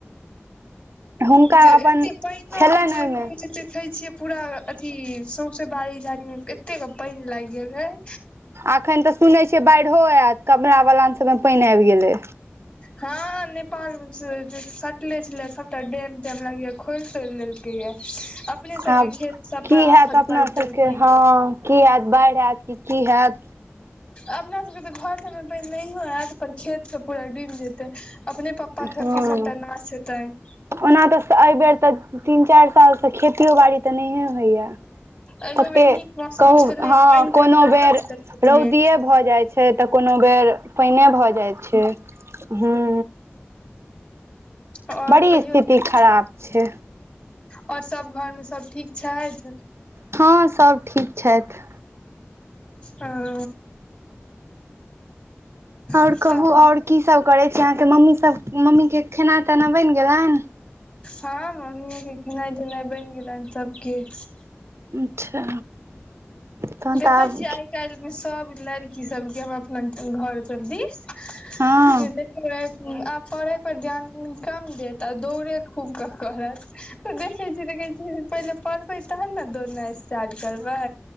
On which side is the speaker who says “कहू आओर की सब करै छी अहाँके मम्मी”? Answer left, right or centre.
Right